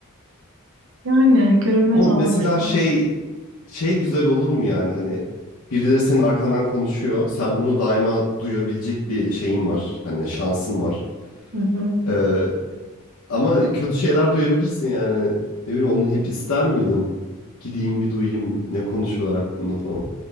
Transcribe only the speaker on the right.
yani görünmez
olmak
isterdim.
Hı hı.